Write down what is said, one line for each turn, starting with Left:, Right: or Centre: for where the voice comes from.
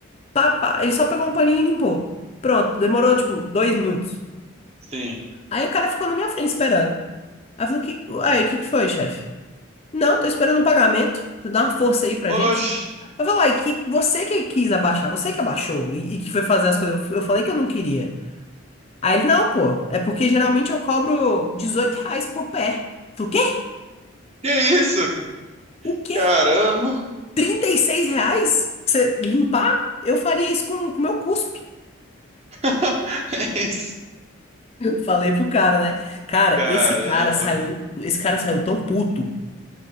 Left: Pá, pá. Ele só pegou um paninho e limpou. Pronto, demorou tipo dois minutos.
Right: sim.
Left: Aí o cara ficou na minha frente esperando. Aí eu falei, que... aí, o que que foi, chefe? Não, tô esperando o pagamento. Você dá uma força aí pra gente.
Right: Oxe,
Left: Eu falei, uai, que você que quis abaixar, você que abaixou e, e que foi fazer as coisas. Eu falei que eu não queria. Aí ele, não, pô, é porque geralmente eu cobro 18 reais por pé. Eu falei, o quê?
Right: que isso? ca-
Left: O quê?
Right: Caramba.
Left: 36 reais? Pra Você limpar? Eu faria isso com o meu cuspe.
Right: <laughs> É isso.
Left: Falei pro cara, né? Cara,
Right: Caramba.
Left: esse cara saiu, esse cara saiu tão puto